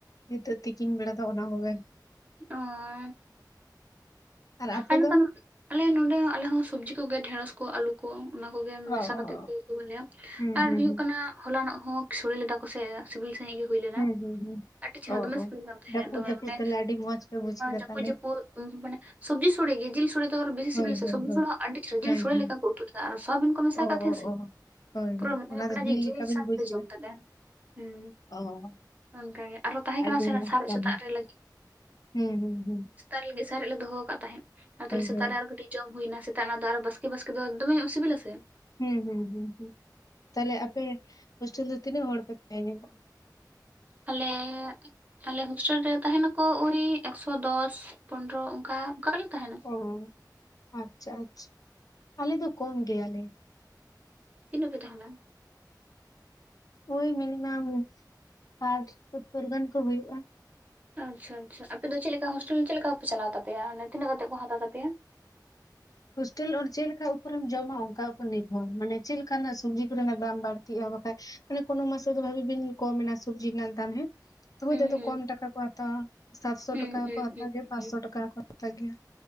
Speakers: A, on the left; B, on the right.
A: ᱱᱤᱛᱚᱜ ᱛᱤᱠᱤᱱ ᱵᱮᱲᱟ ᱫᱚ ᱚᱱᱟ ᱠᱚᱜᱮ ᱾
B: ᱚᱸ ᱾
A: ᱟᱨ ᱟᱯᱮ
B: ᱟᱨᱠᱷᱟᱱ
A: ᱫᱚ
B: ᱟᱞᱮ ᱱᱚᱸᱰᱮ ᱟᱞᱮ ᱦᱚᱸ ᱥᱚᱵᱽᱡᱤ ᱠᱚᱜᱮ ᱰᱷᱮᱸᱲᱚᱥ ᱠᱚ ᱟᱞᱩ ᱠᱚ ᱠᱚ ᱚᱱᱟ ᱠᱚᱜᱮ
A: ᱚ
B: ᱢᱮᱥᱟ ᱠᱟᱛᱮ
A: ᱚ ᱚ
B: ᱠᱚ ᱩᱛᱩ ᱞᱮᱫᱟ
A: ᱦᱩᱸ
B: ᱟᱨ
A: ᱦᱩᱸ
B: ᱦᱩᱭᱩᱜ
A: ᱦᱩᱸ
B: ᱠᱟᱱᱟ ᱦᱚᱞᱟᱟᱱᱚᱜ ᱦᱚᱸ ᱥᱚᱲᱮ ᱞᱮᱫᱟ ᱠᱚ ᱥᱮ ᱥᱤᱵᱤᱞ ᱥᱟᱦᱤᱡ ᱦᱩᱭ ᱞᱮᱱᱟ
A: ᱦᱩᱸ ᱦᱩᱸ ᱦᱩᱸ
B: ᱟᱹᱰᱤ ᱪᱮᱦᱨᱟ
A: ᱚ
B: ᱫᱚᱢᱮ
A: ᱚ
B: ᱥᱤᱵᱤᱞ ᱠᱟᱱ ᱛᱟᱦᱮᱸᱫ
A: ᱡᱟᱹᱯᱩᱫ
B: ᱫᱚᱢᱮ
A: ᱡᱟᱹᱯᱩᱫ
B: ᱢᱟᱱᱮ
A: ᱛᱟᱦᱞᱮ ᱟᱹᱰᱤ ᱢᱚᱸᱡᱽ ᱯᱮ ᱵᱩᱡ ᱠᱮᱫᱟ
B: ᱡᱟᱹᱯᱩᱫ
A: ᱛᱟᱦᱞᱮ
B: ᱡᱟᱹᱯᱩᱫ ᱢᱟᱱᱮ ᱥᱚᱵᱽᱡᱤ ᱥᱚᱲᱮ ᱜᱮ ᱡᱤᱞ ᱥᱩ ᱥᱩᱲᱤ ᱫᱚ ᱵᱮᱥᱤ
A: ᱦᱳᱭ
B: ᱥᱤᱵᱤᱞ ᱟᱥᱮ
A: ᱦᱳᱭ
B: ᱥᱚᱵᱽᱡᱤ
A: ᱦᱳᱭ
B: ᱥᱳᱲᱮ ᱦᱚᱸ ᱟᱹᱰᱤ ᱥᱤᱵᱤᱞ ᱟ
A: ᱦᱮᱸ
B: ᱡᱤᱞ ᱥᱳᱲᱮ
A: ᱦᱮᱸ
B: ᱞᱮᱠᱟ ᱠᱚ ᱩᱛᱩ ᱞᱮᱫᱟ ᱟᱨ ᱥᱚᱣᱟᱵᱤᱱ ᱠᱚ ᱢᱮᱥᱟ
A: ᱚ
B: ᱠᱟᱜ ᱛᱟᱦᱮᱸᱜ
A: ᱚ
B: ᱟᱥᱮ
A: ᱚ
B: ᱾
A: ᱦᱳᱭ
B: ᱯᱩᱨᱟᱹ
A: ᱦᱳᱭ
B: ᱢᱚᱱᱮ
A: ᱚᱱᱟ
B: ᱦᱩᱭᱩᱜ
A: ᱫᱚ
B: ᱠᱟᱱᱟ
A: ᱡᱤᱞ
B: ᱡᱮ ᱡᱮᱞ
A: ᱞᱮᱠᱟ ᱵᱤᱱ
B: ᱥᱟᱣ
A: ᱵᱩᱡ
B: ᱛᱮ
A: ᱠᱮᱫᱟ
B: ᱡᱚᱢ ᱫᱟᱞᱮ ᱾ ᱦᱩᱸ
A: ᱚ
B: ᱚᱱᱠᱟᱜᱮ ᱟᱨᱚ ᱛᱟᱦᱮᱸ
A: ᱟᱹᱰᱤ
B: ᱠᱟᱱᱟ
A: ᱢᱚᱸᱡᱽ
B: ᱥᱟᱨᱮᱡ
A: ᱛᱟᱦᱞᱮ
B: ᱥᱮᱛᱟᱜ ᱨᱮ ᱟᱞᱮ ᱞᱟᱹᱜᱤᱫ ᱾
A: ᱦᱩᱸ ᱦᱩᱸ ᱦᱩᱸ ᱾
B: ᱥᱮᱛᱟᱜ ᱞᱟᱹᱜᱤᱫ ᱥᱟᱨᱮᱡ ᱞᱮ ᱫᱚᱦᱚ ᱟᱠᱟᱫ ᱛᱟᱦᱮᱸᱫ ᱟᱨ ᱛᱟᱦᱚᱞᱮ ᱥᱮᱛᱟᱜ
A: ᱦᱳᱭ
B: ᱨᱮ ᱟᱨ ᱠᱟᱹᱴᱤᱡ ᱡᱚᱢ ᱦᱩᱭᱱᱟ ᱥᱮᱛᱟᱜ ᱚᱱᱟ ᱫᱚ ᱟᱨᱚ ᱵᱟᱥᱠᱮ ᱵᱟᱥᱠᱮ ᱫᱚᱢᱮ ᱥᱤᱵᱤᱞᱟ ᱥᱮ ᱾
A: ᱦᱩᱸ ᱦᱩᱸ ᱦᱩᱸ ᱦᱩᱸ ᱛᱟᱦᱞᱮ ᱟᱯᱮ ᱦᱳᱥᱴᱮᱞ ᱨᱮ ᱛᱤᱱᱟᱹᱜ ᱦᱚᱲ ᱯᱮ ᱛᱟᱦᱮᱸ ᱧᱟᱢᱚᱜᱼᱟ ᱾
B: ᱟᱞᱮ ᱟᱞᱮ ᱦᱚᱥᱴᱮᱞ ᱨᱮ ᱛᱟᱦᱮᱱᱟᱠᱚ ᱳᱭ ᱮᱠᱥᱚ ᱫᱚᱥ ᱯᱚᱱᱨᱚ ᱚᱱᱠᱟ᱾ ᱚᱱᱠᱟ ᱜᱮᱞᱮ ᱛᱟᱦᱮᱱᱟ ᱾
A: ᱚ ᱟᱪᱪᱷᱟ ᱟᱪᱪᱷᱟ ᱟᱞᱮ ᱫᱚ ᱠᱚᱢ ᱜᱮᱭᱟᱞᱮ ᱾
B: ᱛᱤᱱᱟᱹᱜ ᱯᱮ ᱛᱟᱦᱮᱱᱟ?
A: ᱳᱭ ᱢᱤᱱᱤᱢᱟᱢ ᱥᱟᱴ ᱥᱳᱛᱛᱚᱨ ᱜᱟᱱ ᱠᱚ ᱦᱩᱭᱩᱜᱼᱟ ᱾
B: ᱟᱪᱪᱷᱟ ᱟᱪᱷᱟ ᱟᱯᱮ ᱫᱚ ᱪᱮᱫ ᱞᱮᱠᱟ ᱦᱚᱥᱴᱮᱞ ᱪᱮᱫ ᱞᱮᱠᱟ ᱯᱮ ᱪᱟᱞᱟᱣ ᱛᱟᱯᱮᱭᱟ ᱛᱤᱱᱟᱹᱜ ᱠᱟᱛᱮᱫ ᱠᱚ ᱦᱟᱛᱟᱣ ᱛᱟᱯᱮᱭᱟ?
A: ᱦᱳᱥᱴᱮᱞ ᱟᱨ ᱪᱮᱫ ᱞᱮᱠᱟ ᱩᱯᱚᱨᱮᱢ ᱡᱚᱢᱟ ᱚᱱᱠᱟ ᱩᱯᱚᱨ ᱱᱤᱨᱵᱷᱚᱨ ᱢᱟᱱᱮ ᱪᱮᱫ ᱞᱮᱠᱟᱱᱟᱜ ᱥᱚᱵᱽᱡᱤ ᱠᱚᱨᱮᱱᱟᱜ ᱫᱟᱢ ᱵᱟᱲ ᱵᱟᱲᱛᱤ ᱵᱟᱠᱷᱟᱡ ᱢᱟᱱᱮ ᱠᱚᱱᱳ ᱢᱟᱥ ᱨᱮ ᱫᱚ ᱵᱷᱟᱜᱮ ᱵᱤᱱ ᱠᱚᱢᱱᱟ ᱥᱚᱵᱽᱡᱤ ᱨᱮᱱᱟᱜ ᱫᱟᱢ ᱦᱮᱸ ᱦᱩᱭ
B: ᱦᱩᱸ
A: ᱟᱫᱫᱚ
B: ᱦᱩᱸ
A: ᱠᱚᱢ ᱴᱟᱠᱟ ᱠᱚ ᱦᱟᱛᱟᱣᱟ ᱥᱟᱛᱥᱚ
B: ᱦᱩᱸ
A: ᱴᱟᱠᱟ
B: ᱦᱩᱸ
A: ᱠᱚ ᱦᱟᱛᱟᱣ
B: ᱦᱩᱸ
A: ᱜᱮᱭᱟ ᱯᱟᱸᱥᱥᱚ
B: ᱦᱩᱸ
A: ᱴᱟᱠᱟ ᱠᱚ ᱦᱟᱛᱟᱣ ᱜᱮᱭᱟ ᱾